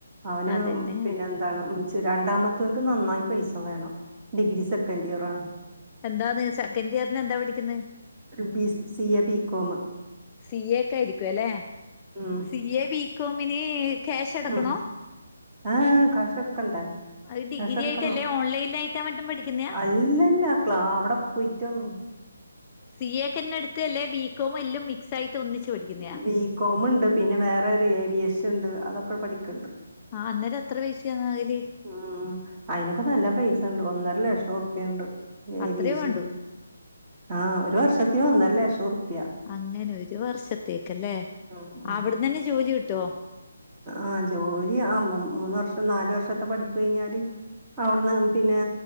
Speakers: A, on the right; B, on the left.
A: അവന്
B: അതന്നെ
A: പിന്നെ വേണം മ്മ് രണ്ടാമത്തോന്ക്ക് നന്നായി പൈസ വേണം ഡിഗ്രി സെക്കൻഡ് ഇയറാണ്
B: എന്താന്ന് സെക്കൻഡ് ഇയറിന് എന്താ പഠിക്കുന്നേ
A: ബീസ് C A B com
B: C A ഒക്കെ ആയിരിക്കുവല്ലെ
A: ഉം
B: സി എ ബികോമിന് ക്യാഷ് എടക്കണോ
A: ഉം ആഹ് കാഷൊടുക്കണ്ട
B: അത് ഡിഗ്രി
A: <unintelligible>
B: ആയിട്ടല്ലേ ഓൺലൈനിലായിട്ടാ മറ്റും പഠിക്കുന്നയാ
A: അല്ലല്ല ക്ലാ അവിടെ പോയിട്ടാണ്
B: സി എ ക്കെന്നെ അടുത്ത് അല്ലേ ബീ കോം എല്ലാം മിക്സ് ആയിട്ട് ഒന്നിച്ച് പഠിക്കുന്നയാ
A: ബികോം ഇണ്ട് പിന്നെ വേറെ ഒരു ഏവിയേഷൻ ഇണ്ട് അതൊക്കെ പഠിക്കണ്ട്
B: ആ അന്നേരം എത്ര പൈസാന്ന് അതില്
A: ഉം ഉം അയിനൊക്ക നല്ല പൈസ ഒണ്ട് ഒന്നര ലക്ഷം ഉറുപ്പ്യണ്ട്
B: അത്രേ
A: ഏവിയേഷന്
B: വേണ്ടു
A: ആഹ് ഒരു വർഷത്തിന് ഒന്നര ലഷം റുപ്പിയ
B: അങ്ങനെ ഒരു വർഷത്തേക്കല്ലേ
A: ഉം ഉം
B: അവിടന്ന് തന്നെ ജോലി കിട്ടുവോ
A: ആഹ് ജോലി ആഹ് മൂന്ന് വർഷം നാലു വർഷത്തെ പഠിപ്പു കഴിഞ്ഞാല് അവിടുന്ന് പിന്നെ